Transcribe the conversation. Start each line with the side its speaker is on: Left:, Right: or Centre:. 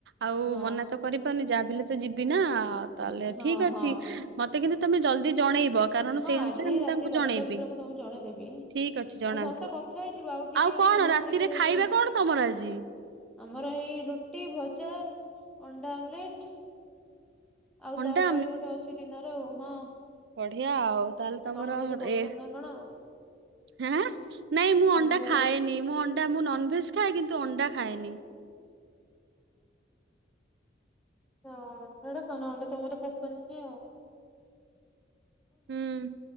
Right: ଆଉ
Centre: ହଁ
Right: ମନା ତ କରିପାରୁନି ଯାହା ବଲେ ତ ଯିବି ନା ତାହାଲେ
Centre: ହଁ
Right: ଠିକ ଅଛି।
Centre: ହଁ
Right: ମତେ କିନ୍ତୁ ତମେ ଜଲଦି ଜଣେଇବ। କାରଣ
Centre: ହଁ
Right: ସେଇ ଅନୁସାରେ
Centre: ଆଜି
Right: ମୁଁ
Centre: ରାତି
Right: ତାଙ୍କୁ
Centre: ଦଶଟା
Right: ଜଣେଇବି
Centre: ଭିତରେ ମୁଁ ତମକୁ ଜଣେଇଦେବି।
Right: ଠିକ ଅଛି ଜଣାନ୍ତୁ।
Centre: ମୁଁ ସମସ୍ତେ କଥା ହେଇଯିବ ଟିକେ
Right: ଆଉ କଣ
Centre: ଟିକେ ନିଶ୍ଚିତ
Right: ରାତିରେ
Centre: ହେଇକି
Right: ଖାଇବା କଣ ତମର ଆଜି?
Centre: ଆମର ଏଇ ରୁଟି, ଭଜା, ଅଣ୍ଡା ଆମ୍ବଲେଟ ଆଉ
Right: ଅଣ୍ଡା
Centre: ତରକାରୀ ଗୋଟେ ଅଛି ଦିନର ଆଉ ହଁ
Right: ବଢ଼ିଆ ଆଉ। ତାହେଲେ ତମର
Centre: ତମକୁ ବୋଧେ ପସନ୍ଦ
Right: ଏଁ
Centre: ନା କଣ ଆଉ
Right: ହାଁ ନାଇଁ ମୁଁ
Centre: ତମକୁ
Right: ଅଣ୍ଡା
Centre: ବୋଧେ
Right: ଖାଏନି ମୁଁ ଅ ଣ୍ଡା ମୁଁ ନନଭେଜ ଖାଏ କିନ୍ତୁ ଅଣ୍ଡା ଖାଏନି।
Centre: ହ ଅଣ୍ଡଟା ଖାନା ଅଣ୍ଡା ତମର ପସନ୍ଦ ନିଅ।
Right: ହୁଁ